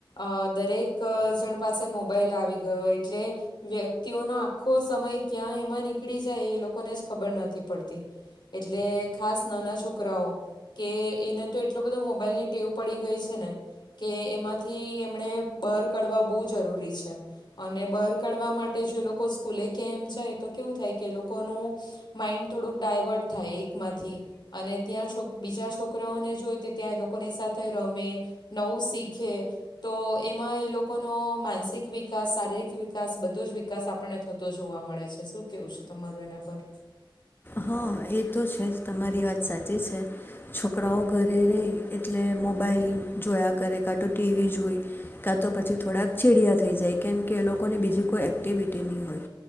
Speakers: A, on the left; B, on the left.
A: અ દરેક જણ પાસે મોબાઈલ આવી ગયો એટલે વ્યક્તિઓનો આખો સમય ક્યાં એમાં નીકળી જાય એ લોકોને જ ખબર નથી પડતી, એટલે ખાસ નાના છોકરાઓ કે એને તો એટલો બધો મોબાઈલની ટેવ પડી ગઈ છે ને કે એમાંથી એમ ણે બાર કાઢવા બહુ જરૂરી છે અને બાર કાઢવા માટે જો એ લોકો સ્કૂલે કે એમ જાય તો કેવું થાય કે એ લોકોનું માઈન્ડ થોડુંક ડાયવર્ટ થાય એકમાંથી અને ત્યાં છો બીજા છોકરાઓને જોઈ તો ત્યાં એ લોકોની સાથે રમે, નવું શીખે તો એમાં એ લોકોનો માનસિક વિકાસ, શારીરિક વિકાસ બધો જ વિકાસ આપણને થતો જોવા મળે છે, શું કહેવું છે તમારું એના પર?
B: હા એ તો છે જ તમારી વાત સાચી છે છોકરાઓ ઘરે રે એટલે મોબાઈલ જોયા કરે, કાં તો ટીવી જોઈ, કાં તો પછી થોડાક ચીડયા થઈ જાય કેમ કે એ લોકોને બીજી કોઈ એક્ટિવિટી નહીં હોય